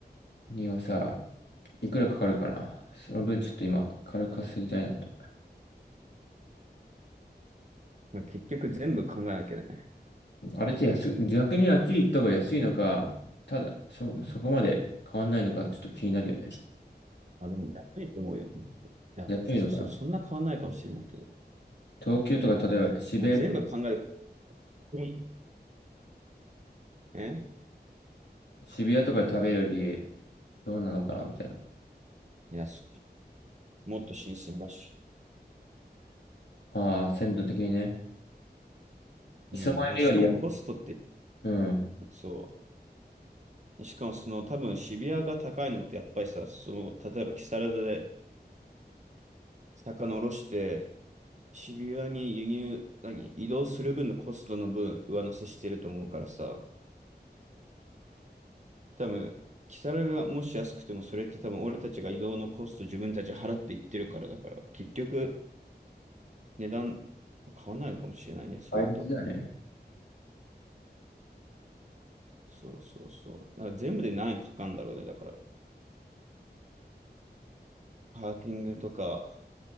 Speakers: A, on the left; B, on the right.
A: にはさ、いくらかかるかな。その分ちょっと今、軽く稼ぎたいなと。
B: 結局全部考えなきゃいけない。
A: あれって安く、逆にあっちり行った方が安いのか、ただ、そ、そこまで変わんないのか、ちょっと気になるよね。
B: あ、でも、やっぱりと思うよ。いや、
A: 安いのかな。
B: そ、そそんな変わんないかもしれないけど。
A: 東京とか、例えば渋谷、
B: 全部考えて、ここにえ
A: 渋谷とかで食べるより、どうなのかな、みたいな。
B: 安いもっと新鮮だし。
A: ああ、鮮度的にね。
B: うん。
A: 磯丸よりや、
B: まあ、しかもコストって、
A: うん。
B: そう。しかもその多分渋谷が高いのってやっぱりさ、その、例えば木更津で魚下ろして、渋谷に輸入、何、移動する分のコストの分上乗せしてると思うからさ、多分、キサラがもし安くても、それって多分俺たちが移動のコスト自分たち払っていってるからだから、結局値段買わないかもしれないね、そういうと。
A: 倍率だよね。
B: そうそうそう。だから全部で何円かかるんだろうね、だから。パーキングとか、